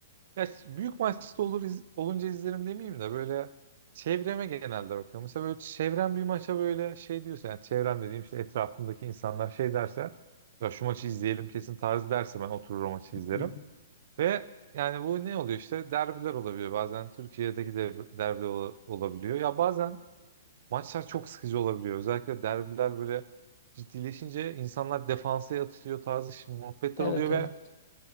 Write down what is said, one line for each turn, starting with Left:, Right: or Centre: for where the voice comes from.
Right: Ya ş- büyük maçta olur iz- olunca izlerim demeyeyim de böyle çevreme genelde bakıyorum. Mesela böyle çevrem bir maça böyle şey diyorsa yani çevrem dediğim işte etrafımdaki insanlar şey derse ya şu maçı izleyelim kesin tarzı derse ben oturur o maçı izlerim.
Left: Hı hı.
Right: Ve yani bu ne oluyor işte derbiler olabiliyor bazen Türkiye'deki de derbi ola- olabiliyor ya bazen maçlar çok sıkıcı olabiliyor özellikle derbiler böyle ciddileşince insanlar defansa yatıyor tarzı şimdi muhabbetler
Left: Evet
Right: oluyor
Left: evet.
Right: ve